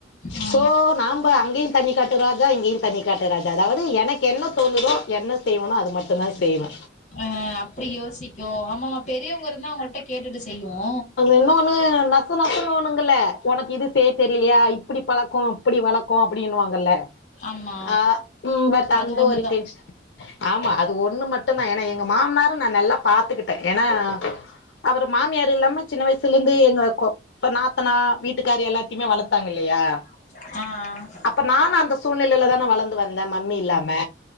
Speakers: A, on the left (about 40°); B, on the left (about 70°).
A: ஆ
B: சே நாம்ப அங்கேயு தண்ணிக்காட் டு ராஜா இங்கேயு தனி காட்டு ராஜா அதாவது எனக்கு என்ன தோணுதோ என்ன செய்வனோ அது மட்டு தா செய்வே
A: அ அப்டி யோசிக்கு ஆமாமா பெரியவங்க இருந்தா அவுங்களிட்ட கேட்டுட்டு செய்வோ
B: இன்னொன்னு என்ன நெச நெசணுவங்கல்லா உனக்கு இது செய்ய தெரியலையா இப்டி பழக்கோ அப்டி வளக்கம் அப்டின்னுவாங்கல்ல
A: ஆமா
B: ஆ ம் பட் அந்த
A: அது ஒண்ணுதா
B: ஒரு டென்ஷன் ஆமா அது ஒண்ணுமட்டும்தா ஏனா எங்க மாமனாரும் நா நல்லா பாத்துக்கிட்டே ஏன்னா அவர் மாமியார் இல்லாம சின்ன வயசுல இருந்து எங்க கோ இப்ப நாத்தனா வீட்டுக்காரு எல்லாத்தையுமே வளத்தாங்க இல்லையா
A: ஆ‌‌ ஆ
B: அப்ப நானு அந்த சூழ்நிலையில தானே வளர்ந்து வந்தே மம்மி இல்லாம